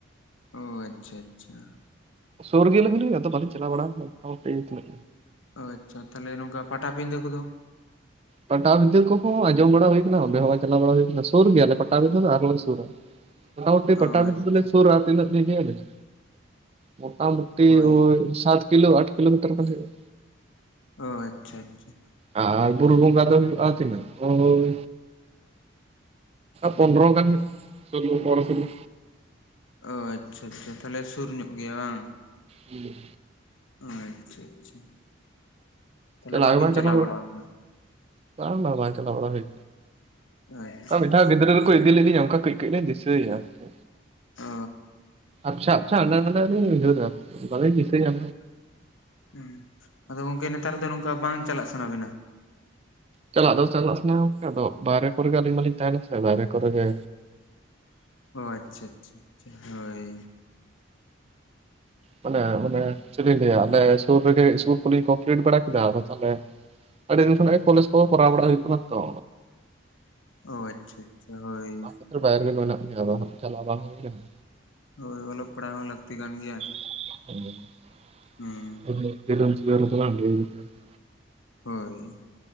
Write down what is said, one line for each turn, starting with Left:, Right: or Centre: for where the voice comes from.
Left: ᱚ ᱟᱪᱪᱷᱟ ᱟᱪᱪᱷᱟ
Right: ᱥᱳᱨ ᱜᱮ ᱨᱮᱦᱚᱞᱤᱧ ᱟᱫᱚ ᱵᱟᱞᱤᱧ ᱪᱟᱞᱟᱣ ᱵᱟᱲᱟ ᱟᱠᱟᱱᱟ
Left: ᱚ ᱟᱪᱪᱷᱟ ᱛᱟᱦᱚᱞᱮ ᱱᱚᱝᱠᱟ ᱯᱟᱴᱟᱵᱤᱸᱫᱷᱟᱹ ᱠᱚᱫᱚ
Right: ᱯᱟᱴᱟᱵᱷᱤᱸᱫᱟᱹ ᱠᱚᱦᱚᱸ ᱟᱡᱚᱢ ᱵᱟᱲᱟ ᱦᱩᱭ ᱠᱟᱱᱟ ᱚᱰᱮᱦᱚᱸ ᱵᱟᱝ ᱪᱟᱞᱟᱣ ᱵᱟᱲᱟ ᱦᱩᱭ ᱠᱟᱱᱟ ᱥᱩᱨ ᱜᱮᱭᱟᱞᱮ ᱯᱟᱴᱟᱵᱤᱫᱟᱹ ᱫᱚ ᱟᱨᱦᱚ ᱞᱮ ᱥᱩᱨᱟ
Left: <inaudible>
Right: ᱢᱚᱴᱟᱢᱩᱴᱤ ᱯᱟᱴᱟᱵᱷᱤᱸᱫᱟ.
Left: ᱟᱪᱪᱷᱟ
Right: ᱫᱚᱞᱤᱧ ᱥᱩᱨᱟ ᱛᱤᱱᱟ‌ᱹᱜ ᱞᱤᱧ ᱞᱟ. ᱭ ᱟᱵᱤᱱᱟ ᱢᱚᱴᱟᱢᱩ ᱼᱼ ᱴᱤ
Left: ᱦᱳᱭ
Right: ᱳᱭ ᱥᱟᱛ ᱠᱤᱞᱳ ᱟᱴ ᱠᱤᱞᱳᱢᱤᱴᱟᱨ ᱜᱟᱱ ᱦᱳᱭᱳᱜᱼᱟ
Left: ᱚ ᱟᱪᱪᱷᱟ ᱟᱪᱪᱷᱟ
Right: ᱟᱨ ᱵᱩᱨᱩ ᱵᱚᱸᱜᱟ ᱫᱚ ᱦᱩᱭᱩᱜᱼᱟ ᱛᱤᱱᱟᱹᱜ ᱳᱭ ᱯᱚᱱᱨᱚ ᱜᱟᱱ ᱦᱳᱭᱳᱜᱼᱟ ᱥᱚᱞᱳ ᱯᱚᱱᱨᱚ ᱥᱚᱞᱳ
Left: ᱚ ᱟᱪᱪᱷᱟ ᱟᱪᱪᱷᱟ ᱛᱟᱦᱚᱞᱮ ᱥᱩᱨ ᱧᱚᱜ ᱜᱮᱭᱟ ᱵᱟᱝ
Right: ᱦᱩᱸ
Left: ᱟᱪᱪᱷᱟ ᱟᱪᱪᱷᱟ ᱛᱟᱦᱚᱞᱮ
Right: ᱪᱟᱞᱟᱣ
Left: ᱵᱟᱹᱵᱤᱱ
Right: ᱜᱮ ᱵᱟᱝ ᱪᱟᱞᱟᱣ
Left: ᱵᱟᱲᱟ ᱟᱠᱟᱱᱟ
Right: ᱵᱟᱝ, ᱵᱟᱝ ᱵᱟᱝ ᱪᱟᱞᱟᱣ ᱵᱟᱲᱟ ᱦᱩᱭ
Left: ᱟᱪᱪᱷᱟ
Right: ᱚᱱᱠᱟ ᱢᱤᱫ
Left: ᱟᱪᱪᱷᱟ
Right: ᱫᱷᱟᱣ ᱜᱤᱫᱽᱨᱟᱹ ᱨᱮᱠᱚ ᱤᱫᱤ ᱞᱤᱫᱤᱧᱟ ᱚᱱᱠᱟ ᱠᱟᱹᱡ ᱠᱟᱹᱡ ᱞᱤᱧ ᱫᱤᱥᱟᱹᱭᱟ ᱟᱨᱠᱤ
Left: ᱚᱻ
Right: ᱟᱯᱪᱷᱟ ᱟᱯᱪᱷᱟ <unintelligible> ᱩᱭᱦᱟᱹᱨᱟ ᱵᱟᱞᱤᱧ ᱫᱤᱥᱟᱹᱭᱟ
Left: ᱦᱮ ᱟᱫᱚ ᱜᱚᱝᱠᱮ ᱱᱮᱛᱟᱨ ᱫᱚ ᱱᱚᱝᱠᱟ ᱵᱟᱝ ᱪᱟᱞᱟᱜ ᱥᱟᱱᱟ ᱵᱤᱱᱟ?
Right: ᱪᱟᱞᱟᱜ ᱟᱫᱚ ᱪᱟᱞᱟᱜ ᱥᱟᱱᱟᱣᱟ ᱟᱫᱚ ᱵᱟᱦᱨᱮ ᱠᱚᱨᱮ ᱜᱮ ᱟᱹᱞᱤᱧ ᱢᱟᱞᱤᱧ ᱛᱟᱦᱮᱱᱟ ᱥᱮ ᱵᱟᱦᱨᱮ ᱠᱚᱨᱮ ᱜᱮ
Left: ᱚ ᱟᱪᱪᱷᱟ ᱟᱪᱪᱷᱟ ᱟᱪᱪᱷᱟ ᱦᱳᱭ
Right: ᱢᱟᱱᱮ ᱪᱮᱫ ᱤᱧ ᱞᱟᱹᱭᱟ ᱟᱞᱮ ᱥᱩᱨ ᱨᱮᱜᱮ ᱤᱥᱠᱩᱞ ᱠᱚ ᱞᱤᱧ ᱠᱚᱢᱯᱞᱤᱴ ᱵᱟᱲᱟ ᱠᱮᱫᱟ ᱟᱫᱚ ᱛᱟᱦᱚᱞᱮ ᱟᱹᱰᱤ ᱫᱤᱱ ᱠᱷᱚᱱᱟᱜ ᱠᱚᱞᱮᱡᱽ ᱠᱚ ᱠᱚᱨᱟᱣ ᱵᱟᱲᱟ ᱦᱩᱭᱩᱜ ᱠᱟᱱᱟ ᱛᱚ
Left: ᱚ ᱟᱪᱪᱷᱟ ᱟᱪᱪᱷᱟ ᱦᱳᱭ
Right: ᱚᱱᱟ ᱵᱟᱭᱨᱮ ᱨᱮᱜᱮ ᱢᱮᱱᱟᱜ ᱞᱤᱧᱟ ᱟᱫᱚ ᱦᱟᱜ ᱪᱟᱞᱟᱜ ᱵᱟᱝ ᱦᱩᱭ ᱞᱮᱱᱟ
Left: ᱦᱳᱭ ᱚᱞᱚᱜ ᱯᱟᱲᱦᱟᱣ ᱦᱚᱸ ᱞᱟᱹᱠᱛᱤ ᱠᱟᱱ ᱜᱮᱭᱟ
Right: ᱦᱮᱸ
Left: ᱦᱩᱸ
Right: <unintelligible>
Left: ᱦᱳᱭ